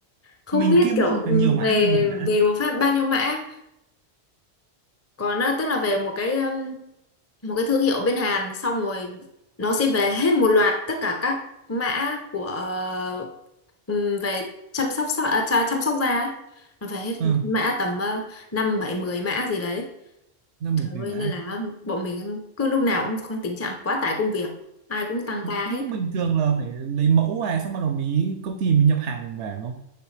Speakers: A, on the left; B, on the right.
A: không
B: mình
A: biết
B: kiêm
A: kiểu
B: luôn cả nhiều mã
A: về
B: hay là một mã
A: về một phát bao nhiêu mã còn ờ, tức là về một cái một cái thương hiệu bên Hàn xong rồi nó sẽ về hết một loạt tất cả các mã của ờ, ừm, về chăm sóc da- à, chà- chăm sóc da ấy. Nó về hết
B: ừ,
A: mã tầm uh, 5 7 10 mã gì đấy.
B: năm
A: Trời
B: bảy mười
A: ơi
B: mã
A: nên là bọn mình cứ lúc nào cũng không tình trạng quá tải công việc, ai cũng tăng ca
B: nhưng
A: hết.
B: bình thường là phải lấy mẫu về xong bắt đầu mới công ty mình nhập hàng về đúng không